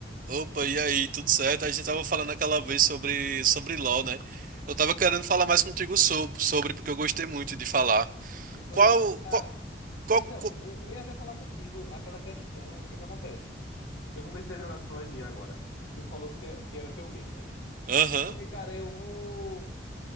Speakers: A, on the right (about 45°); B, on the left (about 75°).
A: Opa, e aí, tudo certo? A gente tava falando aquela vez sobre, sobre LoL, né? Eu tava querendo falar mais contigo sobre, sobre porque eu gostei muito de falar.
B: E foi,
A: Qual,
B: tu tá.
A: qual, qual,
B: Então,
A: qual...
B: eu, eu ia até falar contigo aquela questão, o que é que acontece? Eu comecei a jogar de Vladimir agora, que tu falou que, te- que era teu main, né?
A: Aham,
B: Falei, cara, eu vou.